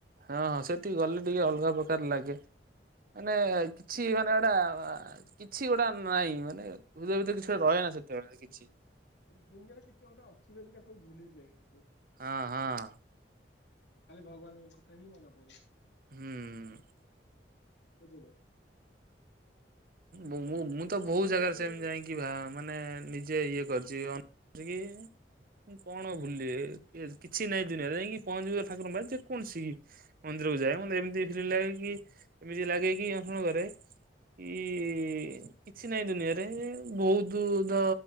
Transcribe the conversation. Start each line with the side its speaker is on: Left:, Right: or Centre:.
Right: ହଁ ହଁ ସେଠିକି ଗଲେ ଟିକେ ଅଲଗା ପ୍ରକାର ଲାଗେ। ମାନେ କିଛି ମାନେ ଗଇଟା କିଛି ଗୋଟା ନାଇଁ। ମାନେ ହୃଦୟ ଭିତରେ କିଛି ଗୋଟେ ରହେ ନା ସେତେବେଳେ କିଛି।
Left: ଦୁନିଆରେ କିଛି ଗୋଟେ ଅଛି ବୋଲି ସବୁ ଭୁଲିଯାଏ।
Right: ହଁ ହଁ।
Left: ଖାଲେ ଭଗବାନଙ୍କ କଥା ହିଁ ମନେ ପଡେ।
Right: ହୁଁ। ହୁଁ।
Left: ବୁଝିଲେ। ଆପଣ
Right: ମୁଁ ମୁଁ
Left: କୋଉ
Right: ତ
Left: ଠାକୁରଙ୍କ
Right: ବହୁତ ଜାଗାରେ
Left: ଉପରେ
Right: ସେମିତି ଯାଇଁକି କି ମାନେ ନିଜେ ଇଏ କରିଛି। ଅନ କି ମୁଁ କଣ ଭୁଲେ କିଛି ନାଇଁ ଦୁନିଆରେ। ଯାଇକି ପହଞ୍ଚିବ ଠାକୁରଙ୍କ ପାଖରେ ଯେକୌଣସି କି ମନ୍ଦିରକୁ ଯାଏ। ମତେ ଏମିତି ଫିଲ୍ମ ଲାଗେ କି ଏମିତି ଲାଗେଇକି ଅଣ କରେ। କି କିଛି ନାହିଁ ଦୁନିଆରେ। ବହୁତ ଦ